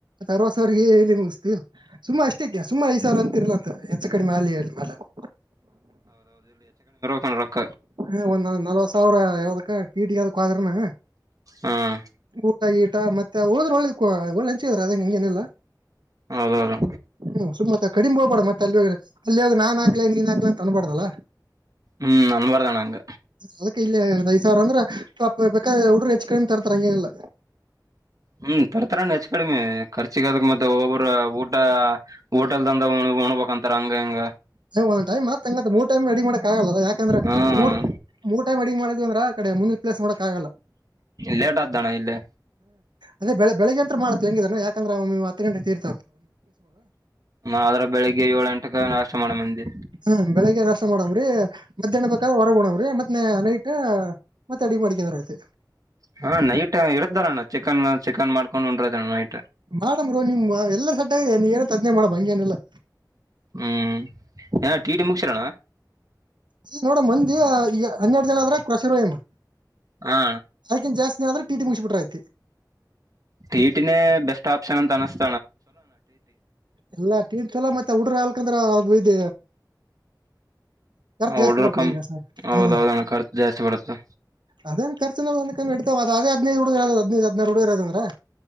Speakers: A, on the right (about 90°); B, on the right (about 50°).
A: ಸರ್ವ ಸಾರಿಗೆ ಹೇಳಿ ಮುಗ್ತೀವಿ ಸುಮಾ ಅಷ್ಟಕ್ಕೆ ಸುಮಾ ಐದು ಸಿರ ಅಂತಿರ್ಲ ಅಂತ ಹೆಚ್ಚು ಕಡೆಮ ಮಾಾಲ ಹೇಳಿ ಹಾಲಕ್ಕಿ
B: ಪರಕ
A: ಹ ಒಂದ್್ ನಲ್ವತ್ ಸಾವಿರ ಯಾವ್ದದಕ್ಕ ಕೀಟಿ ಅದಕ್ಕ ಆದ್ರನ
B: ಹ್ಮ್
A: ಊಟ ಈಟ ಮತ್ತೆ ಉಳಿದ್ರ ಒಳ್ಳದ ಒಳ್ಳಂಚ್ರ ಅದ ನಿಂ್ಗೆಏನೆಲ್ಲಾ
B: ಹೌದೌದು
A: ಹ್ಮ್ ಸು ಮತ್ತ ಕಡಿಮೆ ಹೋಗ್ಬೇಡ ಮತ್ತೆ ಅಲ್ಲಿ ಅಲ್ಲಿಯಾಗ ನಾನ್ ನೀನ್ ಹಾಕ್ಲಂತ ತಂದಬಾರ್ದಲ್ಲ
B: ಹ್ಮ್ ನನ್ವರದಾನ ಅಂಗ
A: ಅದಕ್ಕೆ ಇಲ್ಲಿ ಐದ ಸಾವಿರ ಅಂದ್ರ ಬೇಕಾದ ಹುಡ್ರ ಹೆಚ್ ಕ ತರ್ತ್ರ ಹಂಗಂಗಲ್ಲ
B: ಹ್ಮ್ ತರ್ತರ ಹೆಚ್ ಕಡಿಮೆ ಖರ್ಚಿಗಾದ್ರೆ ಮತ್ತೆ ಒಬ್ಬೊಬ್ಬರ ಊ ದ ಹೋಟೆಲ್ದಂದ ಉಣಬೇಕಂತಾರ ಹಂಗ ಹಿಂಗ.
A: ಒಂದ್ ಟೖಮ್ ಆತ್ ಮೂರ್ಟೈಮ್ ರೆಡಿ ಮಾಡಕ್ ಆಗಲ್ಲ ಯಾಕಂದ್ರೆ
B: ಹ್ಮ್
A: ಮೂ ಮೂರ್ ಟೈಮ್ ಅಡಿ ಮಾಡ್ ಅಂದ್ರ ಮುಂದಿನ ಪ್ಲೇಸ್ ಮಾಡಕ್ ಆಲ್ಲ.
B: ಲೇಟ್ ಆದ್ದಣ ಇಲ್ಲೆ.
A: ಅದೇ ಬೆಳ ಬೆಳಗ್ಗೆಂತ ಮಾಡತ್ ಹೆಂಗಿದಾನ ಯಕಂದ್ರೆ ಹತ್ ಗಂಟೆ ತ
B: ಆದ್ರ ಬೆಳಿಗ್ಗೆ ಏಳ ಎಂಟಕ ನಾಷ್ಟ ಮಾಡಮ ಮಂದೆ.
A: ಹ್ಮ್ ಬೆಳಿಗ್ಗೆ ನಾಷ್ಟ ಮಾಡಮ್ರೀ ಮಧ್ಯಾಹ್ನ ಬೇಕಾದೆ ಹೊರಗಡವ್ರಿ ಮತ್ತೆ ನೈಟು ತ್ ಅಡಿಗ್ ಮಾಡಕಂದರಾಯ್ತು.
B: ಹಾ ನೈಟ್ ಹೇಳ್ದನಲ್ಲ ನಾನ್ ಚಿಕನ್ ಚಿಕನ್ ಮಾಡ್ಕೊಂಡು ಉಂದ್ರಣ ನೈಟು.
A: ಮಾಡಮ್ ಗುರು ನಿಮ್ ಎಲ್ಲರ ಸಟ್ಟದೆ ನೀನ ಹೇಳತದ್ನೇ ಮಾಡಮ್ ಹಂಗೇನೆಲ್ಲಾ.
B: ಹ್ಮ್ ಟಿ ಟಿ ಮುಗಸರೋಣ್ಣ.
A: ನೋಡ ಮಂದಿ ಈಗ ಹನ್ನೆರಡು ಜನ ಆದ್ರ <unintelligible>
B: ಹಾ
A: ಅದಕ್ಕಿನ್ ಜಾಸ್ತಿ ಆದ್ರ ಟಿಟಿ ಮುಗಿಸಬಿಟ್ರ ಐತಿ.
B: ಟೀಟಿನೇ ಬೆಸ್ಟ್ ಆಪ್ಷನ್ ಅಂತ ಅನಿಸ್
A: ಎಲ್ಲ ಟೀಟ್ ಚಲೋ ಮತ್ತೆ ಹುಡ್ರ ಆಲ್ಕಂದ್ರ ಅ ಇದ ಖರ್ಚು ಜಾಸ್ತಿ
B: ಹುಡ್ರ
A: ಬರ್ತಾ
B: ಕಮ್
A: ಈಗ ಸಾರ್
B: ಹೌದೌದಣ
A: ಹ್ಮ.
B: ಖರ್ಚು ಜಾಸ್ತಿ ಬರುತ್ತೆ
A: ಅದೇನ್ ಖರ್ಚನೋ <unintelligible> ಇಡ್ತಾವ ಅದಿನದು ಹುಡುಗರ ಅ ಹದ್ನೖದು ಹುಡುರದ್ರ ಹದ್ನೖದ್ ಹದ್ನಾರ್ ಹುಡುಗ್ರದಂದ್ರೆ.